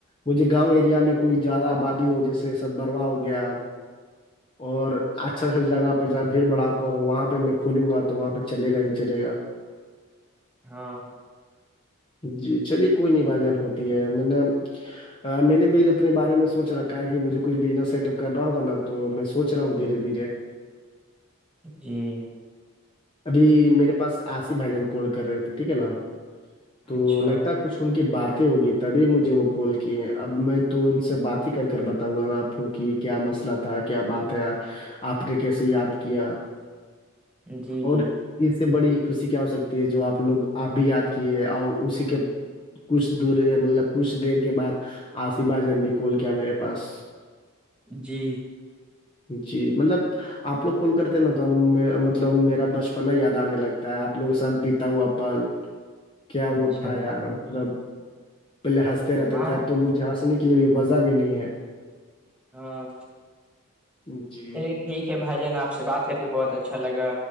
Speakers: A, on the left (about 25°); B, in the centre.
A: مجھے گاؤں ایریا میں کوئی زیادہ آبادی
B: ہ
A: ہو جیسے سدبروا ہو گیا اور اچھا ا جگہ پہ جہاں بھیڑ بڑا ہو وہاں پہ میں کھولوں گا تو وہاں پہ چلے گا ہی چل گا
B: ہاں
A: جی چلیے کوئی نہیں بھائی جان ہوتی ہے م نے میں نے بھیب اپنے بارے میں سوچ رکھا ہے کہ مجھے کچھ بزنس سیٹ اپ کرنا ہوگا تو میں سو رہا ہوں دھیرے دھیرے
B: جی
A: ابھی میرے پاس آصف بھائی جان کال کر رہے تھے ٹھیک ہے نا تو
B: اچھا
A: لگتا ہے کچھ ان کی باتیں ہوگی تبھی مجھے وہ کال کیے ہیں اب میں تو ان سے بات ہی کر کر بتاؤں گا نا آپ کو کہ کیا مسئلہ تھا کیا بات ہے آپ نے کیسے یاد کیا
B: جی جی جی
A: اور اس سے بڑی خوشی کیا ہو سکتی ہے جو آپ لوگ آپ بھی یاد کیے اور اسی کے کچھ دور مطلب کچھ دیر کے بعد آپ سباجن بھی کول کیا میرے پاس
B: جی
A: جی مطلب آپ لوگ کل کرتے ہیں نا تو مطلب میرا بچپنا یاد آنے لگتا ہے آپ لوگ کے ساتھ بیتا ہوا پل کیا
B: اچھا
A: وہ تھا
B: اچھا
A: یار مطلب پہلے ہنستے رہتے
B: ہاں
A: تھے اب تو مجھے ہنسنے کے لیے بھی وزہ بھی نہیں ہے
B: ہاں
A: جی
B: چلیے ٹھیک ہے بھائی جان آپ سے بات کر کے بہت اچھا لگا